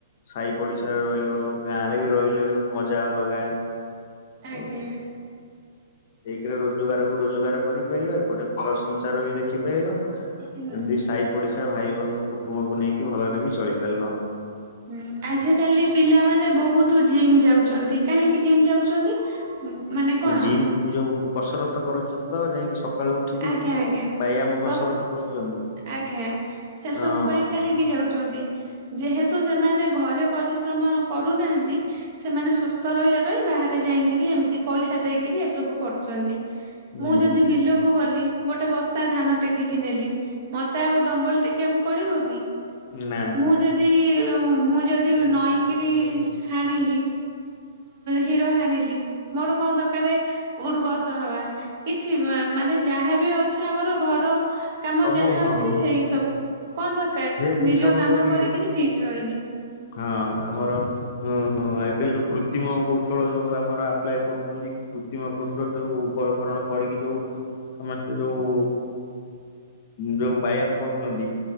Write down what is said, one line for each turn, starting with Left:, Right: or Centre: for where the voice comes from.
Left: ସାହି ପଡିଶାରେ ରହିଲ ଗାଁ ରହିଲେ ବି ମଜା ଅଲଗା।
Right: ଆଜ୍ଞା।
Left: ଆଉ ଏକରେ ରୋଜଗାର କୁ ରୋଜଗାର କରିପାଇଲ ଏପଟେ ଘର ସଂସାର ବି ଦେଖି ପାଇଲ। ଏମିତି
Right: ହୁଁ
Left: ସାହି ପଡିଶା ଭାଇ ବନ୍ଧୁ କୁଟୁମ୍ବକୁ ନେଇକି ଭଲରେ ବି ଚଳି ପାରିଲ।
Right: ହୁଁ ଆଜିକାଲି ପିଲାମାନେ ବହୁତ ତୁ ଜିମ୍ ଯାଉଛନ୍ତି କାହିଁକି ଜିମ୍ ଯାଉଛନ୍ତି। ମାନେ କଣ
Left: ଜିମ ଯୋଉ କସରତ କରୁଛନ୍ତି ତ ଯାଇକି ସକାଳୁ ଉଠିକି
Right: ଆଜ୍ଞା ଆଜ୍ଞା
Left: ବାଇଆମ କସରତ
Right: କସ
Left: କରୁଛନ୍ତି।
Right: ଆଜ୍ଞା ସେ
Left: ହଁ
Right: ସବୁ ପାଇଁ କାହିଁକି ଯାଉଛି ନ୍ତି ଯେହେତୁ ସେମାନେ ଘରେ ପରିଶ୍ରମ କରୁନାହାନ୍ତି। ସେମାନେ ସୁସ୍ଥ ରହିବା ପାଇଁ ବାହାରେ ଯାଇକରି ଏମିତି ପଇସା ଦେଇକିରି ଏସବୁ କରୁଛନ୍ତି।
Left: ହୁଁ
Right: ମୁଁ ଯଦି ବିଲକୁ ଗଲି ଗୋଟେ ବସ୍ତା ଧାନ ଟେକିକି ନେଲି ମତେ ଆଉ ଡମ୍ବଲ ଟେକିବାକୁ ପଡିବ କି।
Left: ନା।
Right: ମୁଁ ଯଦି ମୁଁ ଯଦି ନଈକିରି ହାଣିଲି। ହିର ହାଣିଲି ମୋର କଣ ଦରକାର ଉଠ ବସ ହବା କିଛି ମାନେ ଯାହା ବି ଅଛି ଆମର ଘର କାମ
Left: ସବୁ
Right: ଯାହା
Left: ହଁ
Right: ଅଛି ସେଇ ସବୁ କଣ ଦରକାର
Left: ସେ ଜିନିଷ
Right: ନିଜ
Left: କଲେ
Right: କାମ
Left: ବି
Right: କରିକିରି ଫିଟ ରହିଲି।
Left: ହଁ ଆମର ଉ ହଁ ଏବେ ଯୋଉ କୃତ୍ରିମ କୌଶଳ ଯୋଉ ଆମର ଆପ୍ଲାଏ କରୁଛନ୍ତି। କୃତ୍ରିମ କୌଶଳ ଯୋଉ ଉପକରଣ କରିକି ଯୋଉ ସମସ୍ତେ ଯୋଉ ଯୋଉ ବ୍ୟାୟାମ କରୁଚନ୍ତି